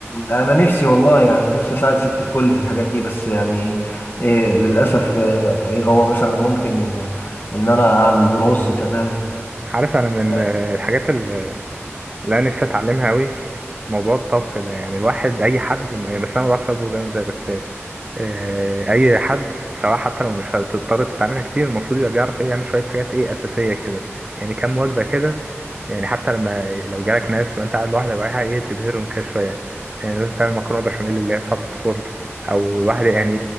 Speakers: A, on the left; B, on the right.
A: انا نفسي والله يعني نفسي اساعد ست الكل في الحاجات دي بس يعني إيه للاسف آه، ايه هو مثلا ممكن آه، ان انا اعمل رز تمام
B: عارف انا من
A: آه،
B: آه، الحاجات اللي اللي انا نفسي اتعلمها قوي موضوع الطبخ ده يعني الواحد اي حد يعني بس انا ما بعرفش اطبخ زي ما قلت لك بس آه، اي حد سواء حتى لو مش هتضطر تستعملها كتير المفروض يبقى بيعرف ايه يعمل شويه حاجات ايه اساسيه كده يعني كام وجبه كده يعني حتى لما لو جالك ناس وانت قاعد لوحدك وعايز ايه تبهرهم كده شويه يعني لازم تعمل مكرونه بشاميل اللي هي تتحط في الفرن او الواحد يعني